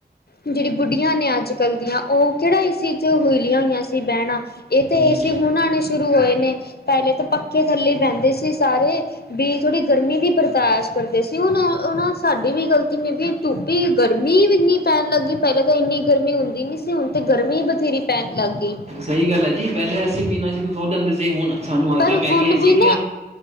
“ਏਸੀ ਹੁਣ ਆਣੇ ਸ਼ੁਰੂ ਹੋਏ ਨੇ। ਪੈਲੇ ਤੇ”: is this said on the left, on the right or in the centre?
Left